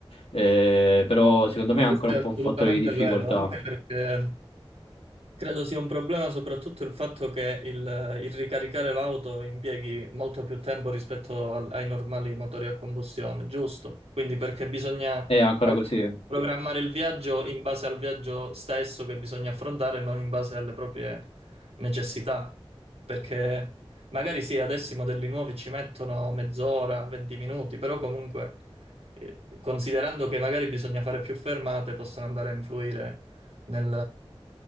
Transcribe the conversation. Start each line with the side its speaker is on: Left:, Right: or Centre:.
Left: eh, però secondo
Right: no,
Left: me è
Right: questo
Left: ancora un
Right: è assolutamente
Left: po' un fattore di difficoltà.
Right: vero, anche perché Credo sia un problema soprattutto il fatto che il, il ricaricare l'auto impieghi molto più tempo rispetto al- ai normali motori a combustione, giusto? Quindi perché bisogna
Left: È ancora
Right: magari
Left: così,
Right: programmare il viaggio in base al viaggio stesso che bisogna affrontare, non in base alle proprie necessità. Perché magari sì, adesso i modelli nuovi ci mettono mezz'ora, 20 minuti, però comunque eh, considerando che magari bisogna fare più fermate, possono andare a influire nel,